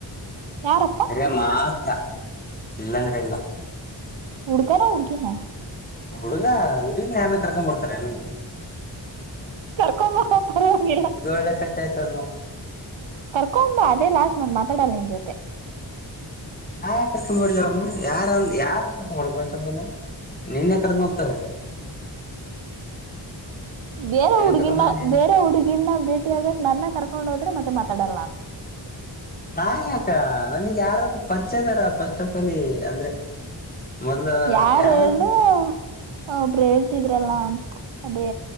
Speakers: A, on the right; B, on the left.
A: ಯಾರಪ್ಪಾ
B: ಅಂದ್ರೆ ಮಾತ್ರ ಇಲ್ಲಾಂದ್ರೆ ಇಲ್ಲ
A: ಹುಡುಗನ ಹುಡುಗಿನ.
B: ಹುಡುಗ ಹುಡಗ ಯಾರ್ನಕರ್ಕೊ ಬರ್ತಾರನು
A: ಕರ್ಕೊಂಬಾ ಪರವಾಗಿಲ್ಲ
B: ಒಳ್ಳೆ ಕತೆ ಆಯ್ತಲ್ವಾ
A: ಕರ್ಕೊಂಬಾ ಅದೇ ಲಾಸ್ ನನ್ ಮಾ ತಡನ್ ಜೊತೆ
B: ಯಾ ಕರ್ಕ್ ಬರ್ಲ ಅವ್ರನು ಯಾರಂದ ಯಾರನ್ ಕರ್ಕೊಂಡ ಬರ್ಬಷ್ಟಲ್ಲ ನೀನ್ ಯ ಕರ್ದ ಹೋಗ್ತಾರೆ
A: ಬೇರೆ
B: ನಿನ್ನೆ
A: ಹುಡ್ಗಿನ
B: ಕರ್ಕೊಂಡ್ ಬಂದ್ ನೀನ್
A: ಬೇರೆ ಹುಡುಗಿನ ಭೇಟಿ ಆಗ್ಕ್ ನನ್ನ ಕರೆಕ್ ಕೊಂಡೋದ್ರೆ ಮತ್ತೆ ಮಾತಾಡಲ್ಲ
B: ನಾ ಆಕ ನನಗ್ ಯಾರ ಪರಿಚಯ ಇದದಾರ ಫಸ್ಟ್ ಆಫ್ ಆಲ್ಲಿ ಅಂದ್ರೆ ಮೊದ್ಲು
A: ಯಾರು
B: ಯಾರಾದ್ರೂ
A: ಹೇಳು ಒಬ್ರು ಹೇಳ್ತಿದ್ರಲ್ಲ ಅದೇ